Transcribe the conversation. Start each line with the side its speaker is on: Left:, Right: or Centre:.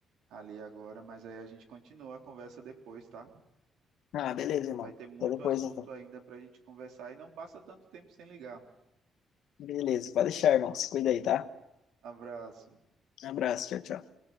Right: ali agora, mas aí a gente continua a conversa depois, tá?
Left: Ah, beleza, irmão.
Right: Vai ter muito
Left: Até depois,
Right: assunto
Left: então.
Right: ainda para a gente conversar e não passa tanto tempo sem ligar.
Left: Beleza, pode deixar, irmão. Se cuida aí, tá?
Right: Abraço.
Left: Abraço, tchau, tchau.